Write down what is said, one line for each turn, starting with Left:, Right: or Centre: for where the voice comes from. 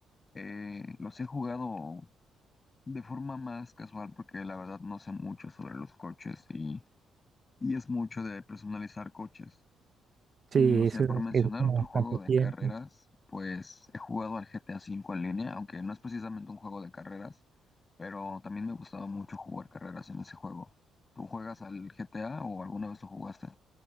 Left: eh, los he jugado de forma más casual porque la verdad no sé mucho sobre los coches y, y es mucho de personalizar coches. No
Right: Sí,
Left: sé,
Right: eso
Left: por
Right: era,
Left: mencionar
Right: eso como
Left: otro
Right: bastante
Left: juego de
Right: tiempo.
Left: carreras, pues he jugado al GTA V en línea, aunque no es precisamente un juego de carreras, pero también me gustaba mucho jugar carreras en ese juego. ¿Tú juegas al GTA o alguna vez lo jugaste?